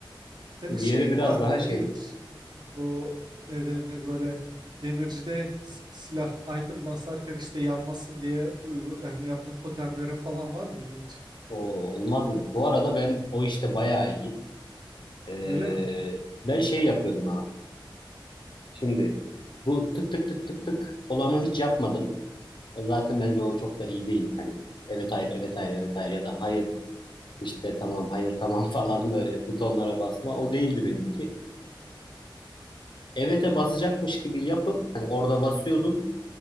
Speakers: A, on the right; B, on the left.
A: Senin şeyin
B: Diğeri biraz
A: var mıydı
B: daha şey
A: hiç? Bu ne denir böyle demircide s- silah item basarken işte yanmasın diye uygu yani yaptığın totemlerin falan var mıydı hiç?
B: o, olmaz mı? Bu arada ben o işte bayağı iyiyim. Ee,
A: Öyle mi?
B: ben şey yapıyordum abi. Şimdi bu tık tık tık tık tık olanı hiç yapmadım. Zaten bence o çok da iyi değil. Hani evet hayır evet hayır evet hayır ya da hayır İşte tamam hayır tamam <laughs> falan böyle butonlara basma. O değildi benimki. Evet'e basacakmış gibi yapıp hani orada basıyordum.